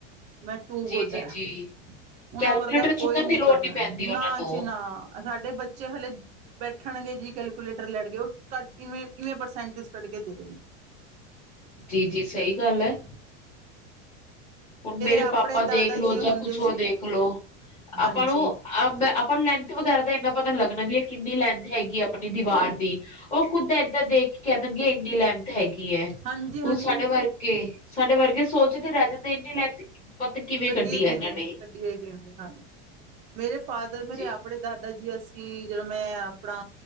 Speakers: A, on the right; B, on the left.
A: ਮੈਂ ਟੂ
B: ਜੀ
A: ਗੁੱਡ
B: ਜੀ
A: ਹੈ
B: ਜੀ
A: ਉਹਨਾਂ
B: ਕੈਲਕੂਲੇਟਰ
A: ਵਰਗਾ
B: ਚੁੱਕਣ
A: ਕੋਈ ਨੀ
B: ਦੀ ਲੋੜ
A: ਕਥਨ
B: ਨਹੀਂ ਪੈਂਦੀ ਉਹਨਾਂ
A: ਨਾ
B: ਨੂੰ
A: ਜੀ ਨਾ। ਸਾਡੇ ਬੱਚੇ ਹਲੇ ਬੈਠਣਗੇ ਜੀ ਕੈਲਕੂਲੇਟਰ ਲੈੜ ਕੇ ਉਹ ਕੱਵੇਂ ਕਿਵੇਂ ਪਰਸੈਂਟਜ ਕੱਢ ਕੇ ਦੇ ਦਿੰਦੇ ਆ
B: ਜੀ, ਜੀ ਸਹੀ ਗੱਲ ਏ ਹੁਣ ਮੇਰੇ
A: ਆਪਣੇ
B: ਪਾਪਾ ਦੇਖਲੋ
A: ਦਾਦਾ ਜੀ ਹੁੰਦੇ
B: ਜਾਂ ਕੁਛ ਹੋਰ
A: ਸੀ
B: ਦੇਖ ਲੋ
A: ਹਾਂਜੀ,
B: ਆਪਾਂ ਨੂੰ ਆਪ ਲ ਵਗੈਰਾ ਦਾ ਇੰਨਾ ਪਤਾ ਲੱਗਣਾ ਵੀ ਹੈ ਕਿੰਨੀ ਲੈਂਥ ਹੈਗੀ ਆਪਣੀ ਦੀਵਾਰ ਦੀ ਉਹ ਖੁੱਦ ਏਦਾਂ ਦੇਖ ਕੇ ਕਹਿ ਦਿੰਗੇ ਇੰਨੀ ਲੈਮਤ ਹੈਗੀ ਹੈ
A: ਹਾਂਜੀ-ਹਾਂਜੀ
B: ਕੁ ਸਾਡੇ ਵਰਗੇ ਸਾਡੇ ਵਰਗੇ ਸੋਚ ਤੇ ਰਹਿ ਜਾਂਦੇ ਇੰਨੀ <unintelligible>
A: ਕੱਢੀਏ
B: ਕੱਢੀ
A: ਕਿਵੇਂ
B: ਹੈ ਇਹਨਾਂ ਨੇ
A: ਕੱਢੀਏ ਕਿਵੇਂ ਹਾਂਜੀ ਮੇਰੇ ਫਾਦਰ ਮੇਰੇ
B: ਜੀ
A: ਆਪਣੇ ਦਾਦਾ ਜੀ ਅਸੀ ਕਿ ਜਦੋਂ ਮੈਂ ਆਪਣਾ